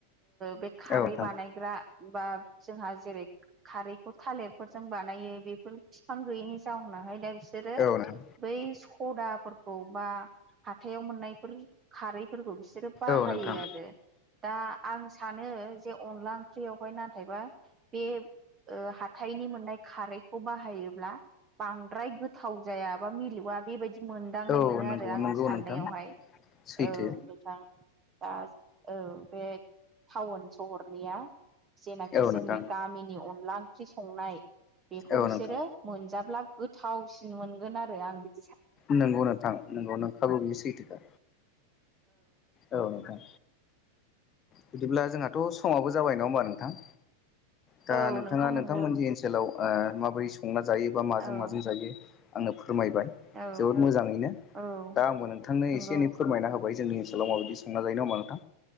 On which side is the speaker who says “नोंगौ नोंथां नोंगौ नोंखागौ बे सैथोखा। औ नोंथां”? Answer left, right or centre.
Left